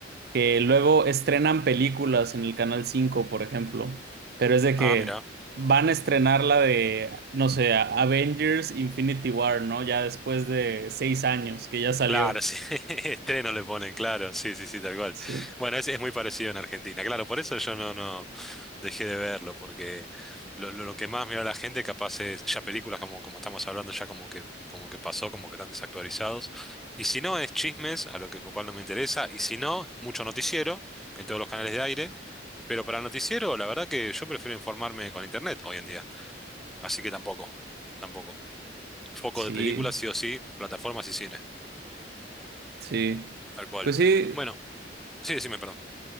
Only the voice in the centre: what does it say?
Ah, mira.
Claro, sí, <laughs> estreno le ponen, claro, sí, sí, sí, tal cual.
Bueno, es, es muy parecido en Argentina, claro, por eso yo no, no dejé de verlo, porque lo, lo, lo que más mira la gente capaz es ya películas como, como estamos hablando, ya como que, como que pasó, como que están desactualizados. Y si no, es chismes, a lo que, lo cual no me interesa, y si no, mucho noticiero en todos los canales de aire, pero para el noticiero, la verdad que yo prefiero informarme con internet hoy en día, así que tampoco, tampoco. Foco
de películas, sí o sí, plataformas y cine,
tal cual.
Bueno. Sí, decime, perdón.